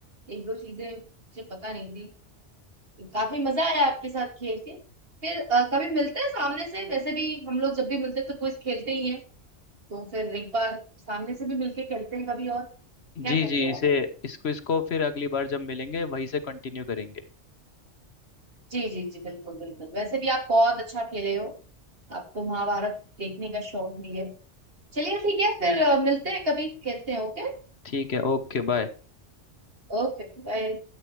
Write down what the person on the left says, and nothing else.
जी
जी
इसे
इसको इसको फिर अगली बार जब मिलेंगे वहीं से कंटिन्यू करेंगे
ठीक है ओके बाय